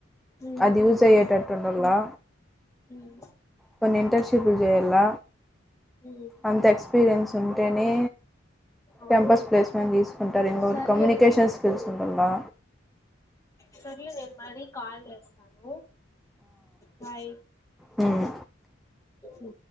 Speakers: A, on the left; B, in the centre.
A: ఉమ్
B: అది యూస్ అయ్యేటట్టు ఉండలా
A: ఉమ్
B: కొన్ని ఇంటర్న్షిప్లు చేయాల
A: ఉమ్
B: అంత ఎక్స్పీరియన్స్ ఉంటేనే
A: అవును
B: కెంపస్ ప్లేస్మెంట్ తీసుకు ఉంటారు ఇంకోటి
A: సర్లే
B: కమ్యూనికేషన్ స్కిల్స్ ఉండాలా
A: సర్లే నేను మళ్ళి కాల్ చేస్తాను బాయ్
B: హుమ్
A: హ్మ్